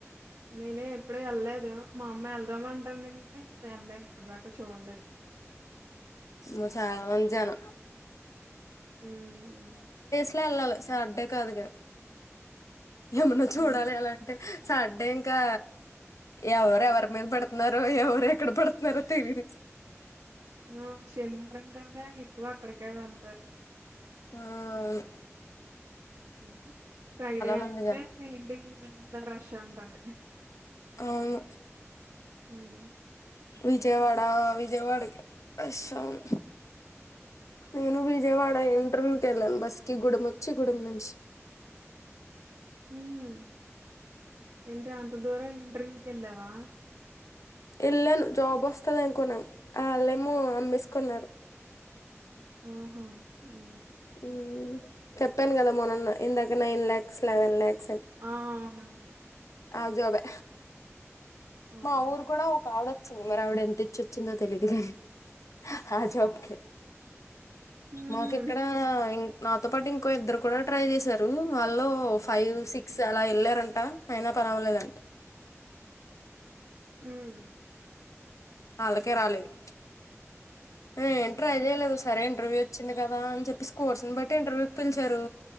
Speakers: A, on the right (about 75°); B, on the left (about 85°).
A: నేనే ఎప్పుడు ఎళ్ళలేదు మా అమ్మ ఎళ్దామంటుంది కానీ వెల్లేదు ఇప్పుడుదాకా చోలేదు
B: మచ రంజాను
A: మ్మ్ ఔను
B: అట్లే వెళ్ళాలి సాడ్డే కాదు గ ఏమన్నా చూడాలి
A: ఉమ్
B: అలా అంటే సాడ్డే ఇంకా ఎవరు ఎవరి మీద పెడుతున్నారో ఎవరు ఎక్కడ పెడుతున్నారో తెలీదు
A: ఆ శనివారం కదా ఎక్కువ అక్కడికే వెళ్
B: ఆ ఔను
A: హ్మ్ ఫ్రైడే
B: మంది
A: అంటే
B: జనం
A: ఇంటిక్పిల్చి అంద రాష్ చాన్తామి
B: అవును
A: హ్మ్
B: విజయవాడ విజయవాడకె బైసౌన్ నేను విజయవాడ ఇంటర్వ్యూకెళ్ళాన్ బస్కి గుడెమ్ వచ్చి గుడెమ్ నుంచి
A: హ్మ్ ఏంటి అంత దూరం ఇంటర్వ్యూ ఎల్లావా
B: ఎళ్లాను జాబొసస్తాదనుకున్నాను అళ్ళేమో అమ్మేస్కున్నారు
A: ఓహో హ్మ్
B: హ్మ్ చెప్పాను కదా మొన్ననే ఇందాక నైన్ ల్యాక్స్ లెవెన్ ల్యాక్
A: ఆ ఔనవును
B: ఆ జాబే
A: ఆహా
B: మా ఊరు కూడా ఒకావిడ సో మరావిడ ఎంత ఇచ్చొచ్చిందో తెలీదు కాని ఆ జాబ్కే
A: ఉహు
B: మాకిక్కడ ఇం నాతో పాటు ఇంకో ఇద్దరు కూడా ట్రై చేసారు వాళ్లో ఫైవ్ సిక్స్ అలా ఎళ్ళారంట ఐనా పనవ్వలేదంట
A: హ్మ్
B: ఆళ్ళకే రాలేదు ఆ ఎంట్రా ఐదేళ్లు సరే ఇంటర్వ్యూ వచ్చింది కదా అని చెప్పి కోర్స్ని బట్టి ఇంటర్వ్యూ పిలిచారు